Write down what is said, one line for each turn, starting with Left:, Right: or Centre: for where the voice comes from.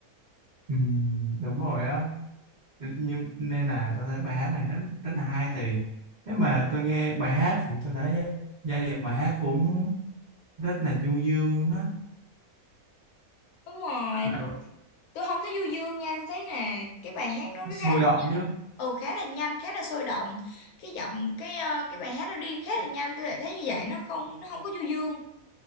Right: ừ, đúng rồi á nhưng nên là tôi thấy bài hát này rất rất là hay tại vì nếu mà tôi nghe bài hát thì tôi thấy giai điệu bài hát cũng rất là du dương luôn á
Left: đúng rồi
Right: Bạn- bảo
Left: tôi không thấy du dương nha tôi thấy là cái bài hát nó
Right: nó sôi
Left: khá là
Right: động chứ
Left: ừ, khá là nhanh khá là sôi động cái giọng cái ờ, cái bài hát nó đi khá là nhanh tôi lại thấy như vậy nó không nó không có du dương